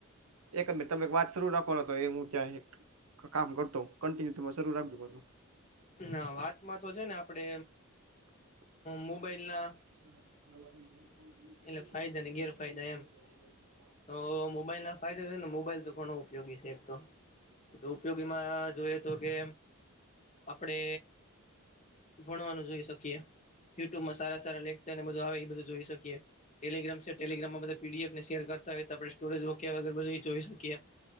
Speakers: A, on the right; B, on the left.
A: એક મિટ તમે વાત શરૂ રાખવાલો હતો એ હું ત્યાં એક કામ કરતો કન્ટિન્યુરે ચાલુ રાખજો
B: ના વાતમાં તો છે ને આપડે મોબાઈલ ના
A: <inaudible>
B: ફાયદા અને ગેરફાયદા એમ તો મોબાઈલ ના ફાયદા છે ને મોબાઈલ તો ઘણ ઉપયોગી છે એક તો ઉપયોગીમાં જોઈએ તો કે આપડે ભણવાનું જોઈ શકીએ યુટ્યુબમાં સારા સારા લેકચર અને બધુ આવે એ બધું જોઈ શકીએ ટેલીગ્રામ છે ટેલીગ્રામમાં બધ પીડીએફને શેર કર આપ સ્ટોરેજ રોકગ બધ જોઈ શકીએ